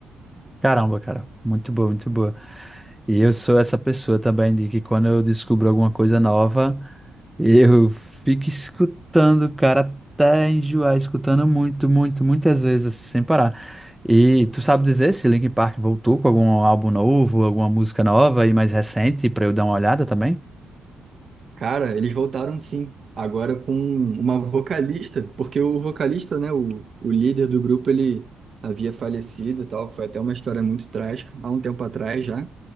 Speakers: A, in the centre; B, on the right.
A: Caramba, cara, muito boa, muito boa. E eu sou essa pessoa também de que quando eu descubro alguma coisa nova, eu fico escutando, cara, até enjoar, escutando muito, muito, muitas vezes, assim, sem parar. E tu sabe dizer se Linkin Park voltou com algum álbum novo, alguma música nova e mais recente pra eu dar uma olhada também?
B: Cara, eles voltaram sim, agora com uma vocalista, porque o vocalista, né, o, o líder do grupo, ele havia falecido e tal, foi até uma história muito trágica, há um tempo atrás já,